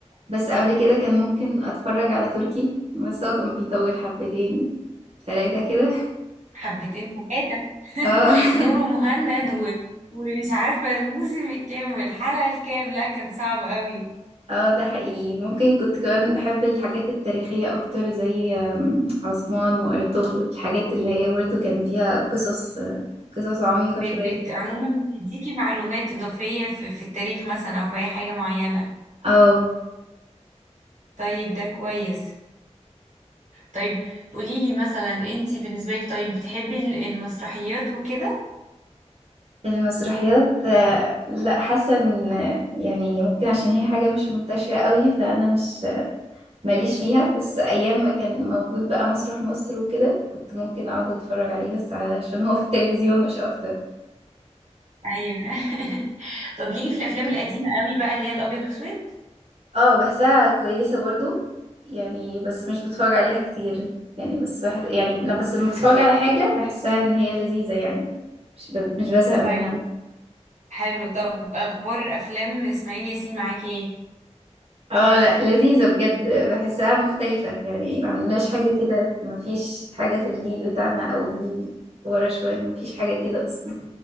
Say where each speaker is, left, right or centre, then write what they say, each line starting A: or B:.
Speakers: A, on the right; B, on the right.
A: بس قبل كده كان ممكن اتفرج على تركي بس هو كان بيطول حبتين ثلاثة كده
B: حبتين ثلاثة <laughs>
A: اه
B: نور ومهند
A: <laughs>
B: و... ومش عارفة الموسم الكام والحلقة الكام لا كان صعب قوي
A: اه ده حقيقي ممكن كنت كمان بحب الحاجات التاريخية أكتر زي آم، عثمان وأرطغرل الحاجات اللي هي برضه كان فيها قصص قصص عميقة
B: بت...
A: شوية
B: بت... عموما بتديكي معلومات إضافية في... في التاريخ مثلا أو في أي حاجة معينة
A: اه
B: طيب ده كويس طيب قوليلي مثلا انتي بالنسبة لك طيب بتحبي ال- المسرحيات وكده
A: المسرحيات آه، لا حاسه ان آه، يعني ممكن عشان هي حاجه مش منتشره قوي فانا مش ماليش فيها بس ايام ما كان موجود بقى مسرح مصر وكده كنت ممكن اقعد اتفرج عليه بس علشان هو في التلفزيون مش اكتر
B: ايوه <laughs> طب ليكي في الافلام القديمة قوي بقى اللي هي الابيض واسود
A: اه بحسها كويسه برضو يعني بس مش بتفرج عليها كتير يعني بس بحس يعني لما بس لما بتفرج على حاجه بحسها ان هي لذيذه يعني مش ب... مش بزهق منها
B: طيب حلو طب اخبار افلام اسماعيل ياسين معاكي ايه
A: اه لا لذيذة بجد بحسها مختلفة يعني ما عندناش حاجة كده ما فيش حاجة في الجيل بتاعنا او جيل ورا شوية ما فيش حاجة كده اصلا